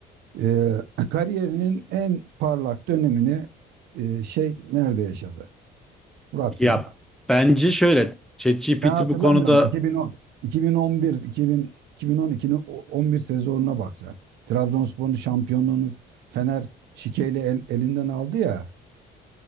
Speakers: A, on the right (about 75°); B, in the centre.
A: Ee, kariyerinin en parlak dönemini e, şey nerede yaşadı? Burak
B: Ya
A: Yılmaz.
B: bence şöyle, ChatGPT
A: Sen hatırlamıyorsun.
B: bu konuda
A: 2010, 2011, 2000, 2012'nin o- 11 sezonuna bak sen. Trabzonspor'un şampiyonluğunu Fener şikeyle el- elinden aldı ya.